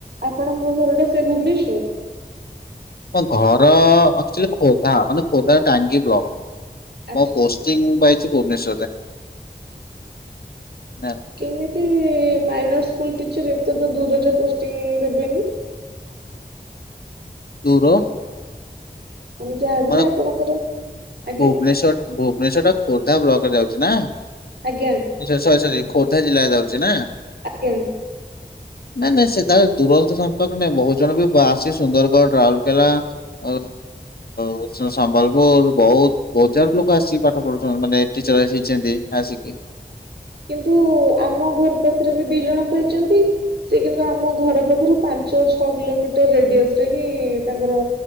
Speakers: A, on the right (about 70°); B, on the left (about 65°).
A: ଆପଣଙ୍କ ଘର ଟା ସେଇ ଭୁବନେଶ୍ଵର?
B: ମୋ ଘର ଏକ୍ଟୁଲି ଖୋର୍ଦ୍ଧା ମାନେ ଖୋର୍ଦ୍ଧ ଟାଙ୍ଗି ବ୍ଲକ
A: ଆଚ୍ଛା
B: ମୋ ପୋ <inaudible> ପାଇଛି ଭୁବନେଶ୍ୱରରେ। ନା
A: କେମିତି ମାଇନର ସ୍କୁଲ ଟିଚର ଏତେ ତ ଦୂରରେ ପୋଷ୍ଂ ଦେବେନି?
B: ଦୂର?
A: ଆମେ ଯାହାବି ହେଲେ
B: ମାନେ
A: ଆପଣଙ୍କର ଆଜ୍ଞା
B: ଭୁବନେଶ୍ଵର ଭୁବନେଶ୍ଵର ଟା ଖୋର୍ଦ୍ଧା ବ୍ଲକରେ ଯାଉଛି ନା?
A: ଆଜ୍ଞା।
B: ସରି ସରି ଖୋର୍ଦ୍ଧା ଜିଲ୍ଲାରେ ଯାଉଛି ନା।
A: ଆଜ୍ଞା।
B: ନାଇଁ ନାଇଁ ସେଟ ଦୂର ସମ୍ପର୍କ ନାଇଁ ବହୁତ ଜଣ ବି ଆସି ସୁନ୍ଦରଗଡ଼ ରାଉରକେଲା ଆ ଓଡ଼ିଶା ର ସମ୍ବଲପୁର ବହୁତ ବହୁସାରା ଲୋକ ଆସିକି ପାଠ ପଢ଼ୁଛନ୍ତି ମାନେ ଟିଚର୍ସ ହେଇଛନ୍ତି ଆସିକି।
A: କିନ୍ତୁ ଆମ ଘର ପାଖରେ ବି ଦି ଜଣ ପାଇଛନ୍ତି। ସେ କିନ୍ତୁ ଆମ ଘର ପାଖରୁ ପାଞ୍ଚ ଛଅ କିଲୋମିଟର ରେଡିଅସ ରେ ହିଁ ତାଙ୍କର